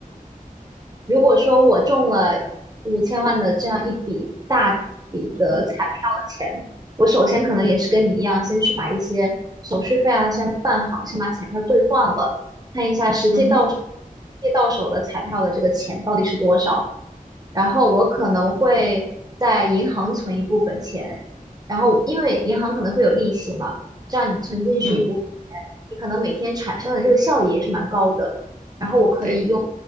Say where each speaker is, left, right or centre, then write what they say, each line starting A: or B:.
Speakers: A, on the right (about 25°); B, on the right (about 65°).
A: 如果说我中了五千万的这样一笔大笔的彩票的钱，
B: 嗯哼，
A: 我首先可能也是跟你一样，先去把一些手续费啊先办好，先把彩票兑换了，看一下实际到手，
B: 嗯哼，
A: 实际到手的彩票的这个钱到底是多少。然后我可能会在银行存一部分钱，然后因为银行可能会有利息嘛，这样你存进去一部分钱，
B: 嗯，
A: 你可能每天产生的这个效益也是蛮高的，
B: 对，
A: 用